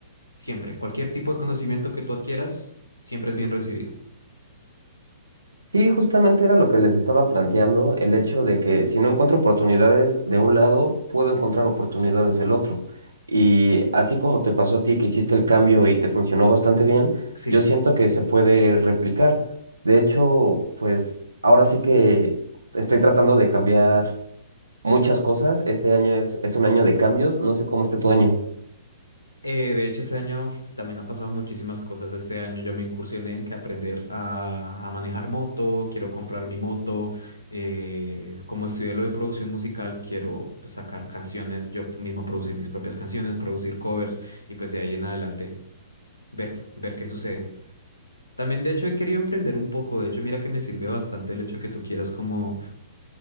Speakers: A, on the left (about 80°); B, on the right (about 80°).
A: siempre, cualquier tipo de conocimiento que tú adquieras, siempre es bien recibido.
B: Sí, justamente era lo que les estaba planteando, el hecho de que si no encuentro oportunidades de un lado, puedo encontrar oportunidades del otro. Y así como te pasó a ti que hiciste el cambio y te funcionó bastante bien,
A: Sí.
B: yo siento que se puede replicar. De hecho, pues ahora sí que estoy tratando de cambiar muchas cosas. Este año es, es un año de cambios, no sé cómo esté tu año.
A: Eh, de hecho, este año también han pasado muchísimas cosas. Este año yo me incursioné en que aprender a, a manejar moto, quiero comprar mi moto. eh, como estudié lo de producción musical, quiero pues, sacar canciones, yo mismo producir mis propias canciones, producir covers y pues de ahí en adelante ver, ver qué sucede. También, de hecho, he querido emprender un poco. De hecho, mira que me sirve bastante el hecho que tú quieras como